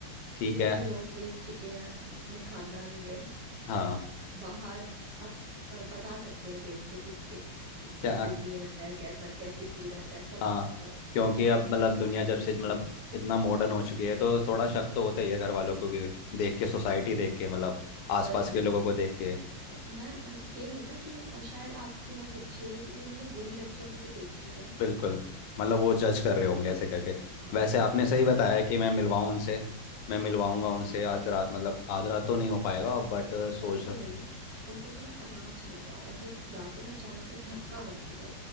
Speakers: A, on the left; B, on the right.
A: ठीक
B: इतने
A: है
B: लोग देख चुके हैं अपने खानदान में
A: हाँ
B: बाहर अब अ, बता सकते हैं देख के कि, कि
A: क्या
B: कैसी नीयत है कैसा कैसी सीरत है सब
A: हाँ
B: बता अ,
A: क्योंकि अब मतलब दुनिया जब से मतलब
B: हम्म
A: इतना मॉडर्न हो चुकी है तो थोड़ा शक तो होता
B: हम्म
A: ही है घर वालों को भी देख के सोसाइटी
B: हाँ
A: देख के मतलब आसपास
B: वही
A: के लोगों
B: कि
A: को देख के
B: अ, मैं अ, यही है ना कि अ, शायद आपकी वाली अच्छी हो लेकिन उन्होंने बुरी लड़कियां भी तो देखी ही हैं
A: बिल्कुल मतलब वो जज कर रहे होंगे ऐसे करके
B: हाँ
A: वैसे आपने सही बताया कि मैं मिलवाऊँ उनसे
B: हम्म,
A: मैं मिलवाऊंगा
B: हाँ
A: उनसे आज रात मतलब आज रात तो नहीं हो पाएगा बट
B: आज
A: सोच
B: रात तो
A: रहा
B: नहीं उनको थोड़ा आराम से मिलवाओ ऐसे जाके ना अचानक से धक्का मत दे दो